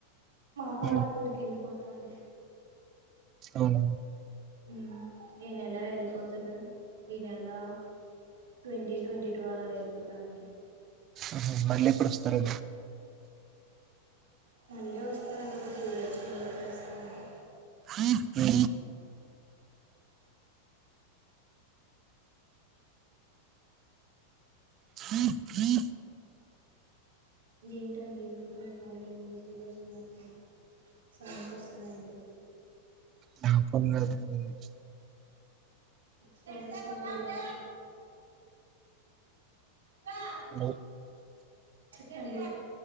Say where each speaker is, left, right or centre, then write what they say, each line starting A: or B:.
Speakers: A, on the right; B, on the right.
A: మా అమ్మ
B: మ్మ్
A: వాళ్ళ ఊరికి వెళ్ళిపో తాండి
B: అవును
A: ఉ ఈ నేల వెళ్ళిపోతున్నా ఈ నెల్లా ట్వంటీ ట్వంటీ టూ అలా వెళ్ళిపోతా అండి
B: ఉహు మళ్ళీ ఎప్పుడు వస్తారు
A: మళ్ళీ వస్తా అండి ఒక టూ డేస్ ఉండి వచ్చేస్తా అండి
B: చు స్ీీ
A: ఏంటండి మీ ఫోన్లో ఏమో మెసేజ్ వస్తునట్టు ఉన్నాయి సౌండ్స్ వస్తున్నాయి అండి
B: నా పోన్ లా రింగ్ నుంచు
A: సరే లే గ
B: ఏ అవు
A: చెప్పండి